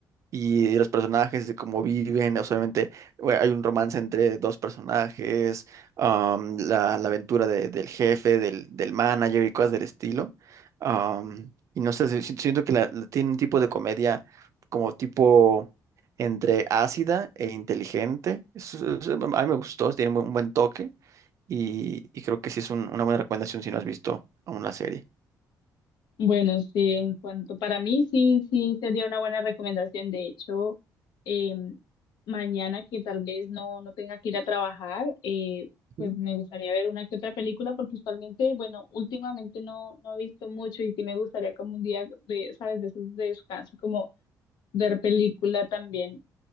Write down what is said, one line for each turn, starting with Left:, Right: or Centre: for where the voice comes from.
Right: y de los personajes, de cómo viven, o sea, obviamente bueno, hay un romance entre dos personajes, am, la, la aventura de- del jefe, del, del manager y cosas del estilo. am, y no sé, si- si- siento que la, la- tiene un tipo de comedia como tipo entre ácida e inteligente. Es- es- a mí me gustó, tiene un buen toque y, y creo que sí es un- una buena recomendación si no has visto aún la serie.
Left: Bueno, sí, en cuanto para mí, sí, sí, sería una buena recomendación. De hecho, eh, mañana que tal vez no, no tenga que ir a trabajar, eh, pues
Right: Sí.
Left: me gustaría ver una que otra película, porque usualmente, bueno, últimamente no, no he visto mucho y sí me gustaría como un día de, ¿sabes? De esos de descanso, como ver película también,